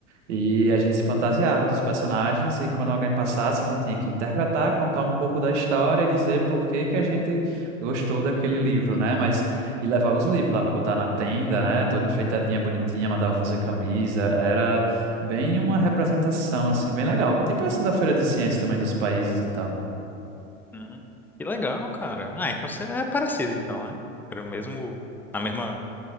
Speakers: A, on the right; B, in the centre.
A: E a gente se fantasiava dos personagens e quando alguém passasse, a gente tinha que interpretar, contar um pouco da história e dizer por que que a gente gostou daquele livro, né? Mas e levava os livros lá para botar na tenda, né? Toda enfeitadinha, bonitinha, mandava fazer camisa. Era bem uma representação, assim, bem legal. Tipo essa da Feira de Ciências também dos países e tal.
B: Hum, que legal, cara. Ah, então você é parecido então, né? Era o mesmo, a mesma